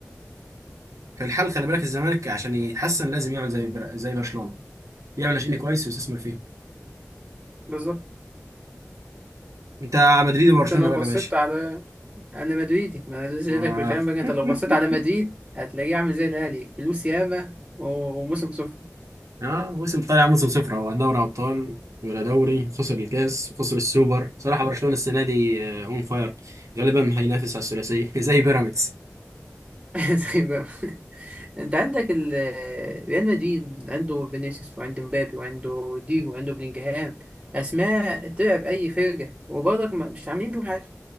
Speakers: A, on the right; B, on the right.
A: فالحل خلي بالك الزمالك عشان يتحسن لازم يعمل زي بر- زي برشلونه يعمل ناشئين كويس ويستثمر فيهم
B: بالظبط
A: انت مدريد وبرشلونه
B: انت لو
A: بقى
B: بصيت
A: يا باشا
B: على انا مدريدي ما انا لسه
A: آه.
B: جايلك في الكلام بقى انت
A: <laughs>
B: لو بصيت على مدريد هتلاقيه عامل زي الاهلي فلوس ياما و- وموسم صفر
A: اه موسم طالع موسم صفر هو لا دوري ابطال ولا دوري خسر الكاس خسر السوبر صراحه برشلونه السنه دي اون فاير غالبا هينافس على الثلاثيه <laughs> زي بيراميدز
B: <laughs> زي ما- انت عندك ال- ريال مدريد عنده فينيسيوس وعنده مبابي وعنده ديجو وعنده بلينجهام اسماء تلعب اي فرقه وبرضك ما- مش عاملين بيهم حاجه